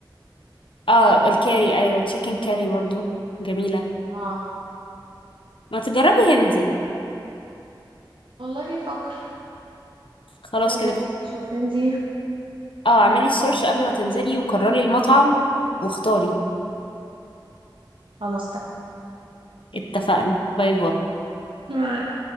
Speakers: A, on the left; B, on the right.
A: اه الكاري ايوه تشيكن كاري برضو جميلة
B: اه
A: ما تجربي هندي
B: والله بفكر
A: خلاص
B: هنزل
A: كده بس
B: كده اشوف هندي
A: اه اعملي سيرش قبل ما تنزلي وقرري المطعم واختاري
B: خلاص
A: اتفقنا باي باي
B: تمام